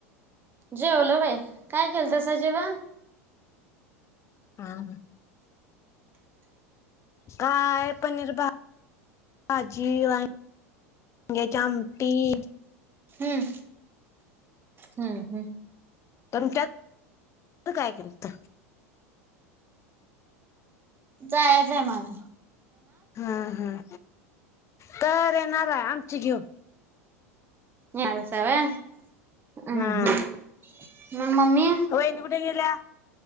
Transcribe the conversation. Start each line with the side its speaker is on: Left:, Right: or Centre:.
Right: जेवलो बाई. काय केलतसा जेवण?
Left: आं हं काय, पनीर भा भाजी <inaudible> वांग्याची आमटी.
Right: हम्म हम्म हम्म
Left: पण त्या <inaudible> त काय केलंत?
Right: जायाचाय माझं.
Left: हां-हां, तर येणाराय आमची घेऊ.
Right: यावसा वै? अं
Left: हा
Right: हं, म मम्मी.
Left: वहिनी कुठे गेल्या?